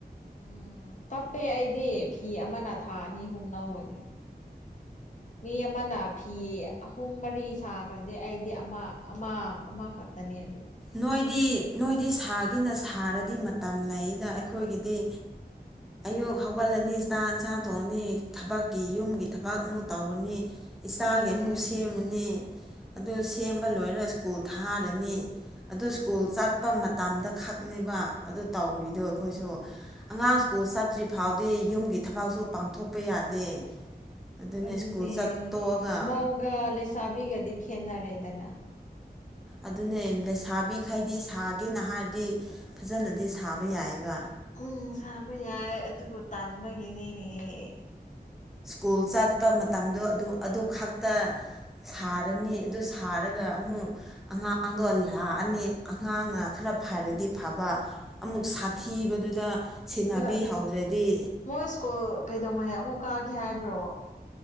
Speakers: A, on the left; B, in the centre.
A: ꯎꯝ ꯇꯞꯄꯦ ꯑꯩꯗꯤ ꯐꯤ ꯑꯃꯅ ꯊꯥ ꯑꯅꯤ ꯑꯍꯨꯝ ꯂꯧꯕꯅꯤ ꯃꯤ ꯑꯃꯥꯅ ꯐꯤ ꯑꯍꯨꯝ ꯃꯔꯤ ꯁꯥꯈ꯭ꯔꯗꯤ ꯑꯩꯗꯤ ꯑꯃ ꯑꯃ ꯑꯃꯈꯛꯇꯅꯦ
B: ꯅꯣꯏꯗꯤ ꯅꯣꯏꯗꯤ ꯁꯥꯒꯦꯅ ꯁꯥꯔꯗꯤ ꯃꯇꯝ ꯂꯩꯗ ꯑꯩꯈꯣꯏꯒꯤꯗꯤ
A: ꯎꯝ
B: ꯑꯌꯨꯛ ꯍꯧꯒꯠꯂꯅꯤ ꯆꯥꯛ ꯏꯟꯁꯥꯡ ꯊꯣꯛꯑꯅꯤ ꯊꯕꯛꯀꯤ ꯌꯨꯝꯒꯤ ꯊꯕꯛ ꯑꯃꯨꯛ ꯇꯧꯔꯅꯤ ꯏꯆꯥꯒꯤ
A: ꯑꯗꯨꯅꯦ
B: ꯑꯃꯨꯛ
A: ꯑꯗꯨꯅꯦ
B: ꯁꯦꯝꯃꯅꯤ ꯑꯗꯨ ꯁꯦꯝꯕ ꯂꯣꯏꯔꯒ ꯁ꯭ꯀꯨꯜ ꯊꯥꯔꯅꯤ ꯑꯗꯨ ꯁ꯭ꯀꯨꯜ ꯆꯠꯄ ꯃꯇꯝꯗ ꯈꯛꯅꯦꯕ ꯑꯗꯨ ꯇꯧꯔꯤꯗꯣ
A: ꯎꯝ
B: ꯑꯩꯈꯣꯏꯁꯨ ꯑꯉꯥꯡ ꯁ꯭ꯀꯨꯜ ꯆꯠꯇ꯭ꯔꯤ ꯐꯥꯎꯗꯤ ꯌꯨꯝꯒꯤ ꯊꯕꯛꯁꯨ ꯄꯥꯡꯊꯣꯛꯄ ꯌꯥꯗꯦ ꯑꯗꯨꯅ
A: ꯑꯗꯨꯅꯦ
B: ꯁ꯭ꯀꯨꯜ ꯆꯠꯇꯣꯛꯑꯒ
A: ꯃꯧꯒ ꯂꯩꯁꯥꯕꯤꯒꯗꯤ ꯈꯦꯠꯅꯔꯦꯗꯅ
B: ꯑꯗꯨꯅꯦ ꯂꯩꯁꯥꯕꯤ ꯈꯩꯗꯤ ꯁꯥꯒꯦꯅ ꯍꯥꯏꯔꯗꯤ ꯐꯖꯅꯗꯤ ꯁꯥꯕ ꯌꯥꯏꯌꯦꯕ
A: ꯎꯝ ꯁꯥꯕ ꯌꯥꯏ ꯑꯗꯨꯕꯨ ꯇꯥꯟꯕꯒꯤꯅꯤꯅꯦꯍꯦ
B: ꯁ꯭ꯀꯨꯜ ꯆꯠꯄ ꯃꯇꯝꯗꯣ ꯑꯗꯨꯝ ꯑꯗꯨ ꯈꯛꯇ ꯁꯥꯔꯅꯤ ꯑꯗꯨ ꯁꯥꯔꯒ ꯑꯃꯨꯛ ꯑꯉꯥꯡꯗꯣ ꯂꯥꯛꯑꯅꯤ ꯑꯉꯥꯡꯅ ꯈꯔ
A: ꯎꯝ
B: ꯐꯔꯗꯤ ꯐꯕ ꯑꯃꯨꯛ ꯁꯥꯊꯤꯕꯗꯨꯗ ꯁꯦꯟꯅꯕꯤꯍꯧꯗ꯭ꯔꯗꯤ
A: ꯅ ꯃꯣꯏ ꯁ꯭ꯀꯨꯜ ꯀꯩꯗꯧꯉꯩ ꯑꯃꯨꯛ ꯀꯥꯒꯦ ꯍꯥꯏꯕ꯭ꯔꯣ